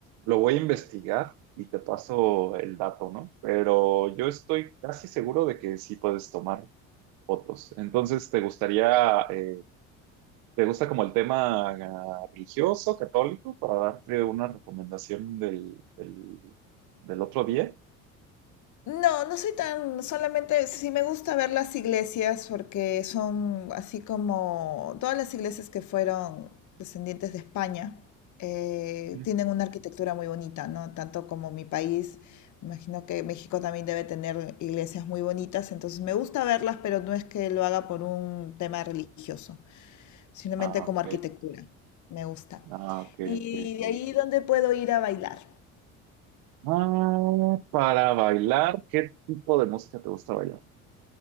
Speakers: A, on the right; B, on the left.
A: lo voy a investigar y te paso el dato, ¿no? Pero yo estoy casi seguro de que sí puedes tomar fotos. Entonces, ¿te gustaría, eh, te gusta como el tema ah, religioso, católico, para darte una recomendación del, del, del otro día?
B: No, no soy tan, solamente sí me gusta ver las iglesias porque son así como todas las iglesias que fueron descendientes de España eh,
A: Mm.
B: tienen una arquitectura muy bonita, ¿no? Tanto como mi país, me imagino que México también debe tener iglesias muy bonitas, entonces me gusta verlas, pero no es que lo haga por un tema religioso. Simplemente
A: Ah,
B: como
A: ok,
B: arquitectura. Me gusta.
A: ah, ok,
B: Y
A: ok.
B: de ahí, ¿dónde puedo ir a bailar?
A: Ah, para bailar, ¿qué tipo de música te gusta bailar?